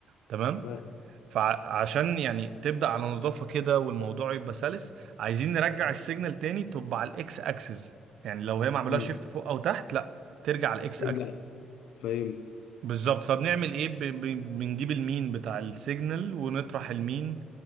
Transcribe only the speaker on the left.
فاهم
امم
ترجع
فهمت